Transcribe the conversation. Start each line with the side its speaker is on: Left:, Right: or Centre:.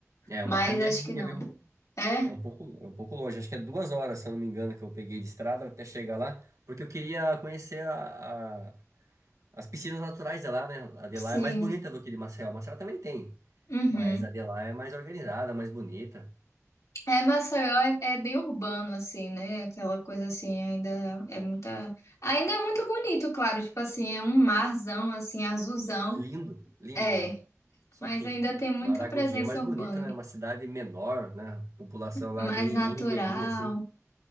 Right: É
Left: Mas
Right: uma caminhadinha,
Left: acho que não.
Right: viu?
Left: É?
Right: É um pouco, é um pouco longe. Acho que é duas horas, se eu não me engano, que eu peguei de estrada até chegar lá, porque eu queria conhecer a- a- as piscinas naturais de lá, né? A de
Left: Sim.
Right: lá é mais bonita do que de Maceió. Maceió também tem,
Left: Uhum.
Right: mas a de lá é mais organizada, mais bonita.
Left: É, Maceió é, é bem urbano, assim, né? Aquela coisa assim, ainda é muita. Ainda é muito bonito, claro, tipo assim, é um marzão, assim, azulzão.
Right: Lindo, lindo,
Left: É,
Right: lindo. Só
Left: mas
Right: que
Left: ainda tem muita
Right: Maragogi
Left: presença
Right: é mais bonito,
Left: urbana.
Right: né? Uma cidade menor, né? A população lá
Left: Mais
Right: é bem,
Left: natural.
Right: bem ribeirinha, assim.